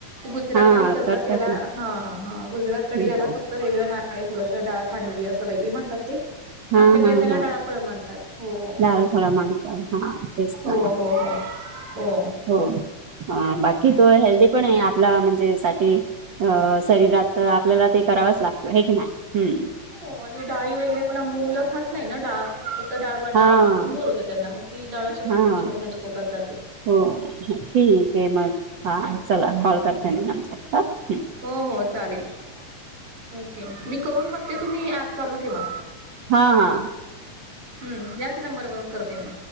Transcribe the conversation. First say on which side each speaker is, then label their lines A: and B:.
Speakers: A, on the right; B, on the right.
A: गुजरातला
B: हा
A: ही करतात त्याला,
B: ना
A: हा हा गुजरातकडे
B: ह
A: याला फक्त. वेगळं ना आहे थोडंसं डाळ खांडवी असं, वगैरे म्हणतात ते.
B: हा
A: आपल्याकडे
B: हा
A: त्याला
B: हा
A: डाळफळ म्हणतात, हो
B: लाल फळ मागतात हा तेच
A: हो
B: का
A: हो हो. हो. ‌
B: हो. बाकी तो हेल्दी पण, आहे आपला म्हणजे साठी. अ शरीरात आपल्याला ते, करावंच लागतं हे की नाही हम्.
A: हो. आणि डाळी वगैरे पण, मुलं खात नाही ना डाळ फक्त डाळ. <unintelligible>
B: हा
A: त्यांना मग ती डाळ आशा
B: हा
A: पद्धतीने पण त्यांच्या पोटात जाते.
B: हो ठीक आहे. मग, हा. चला कॉल करते. मी नंतर ह.
A: हो. हो. चालेल. ओके मी करून बघते. तुम्ही ऍप चालू ठेवा.
B: हा. हा.
A: हम्म. याच नंबरवरून करते मी.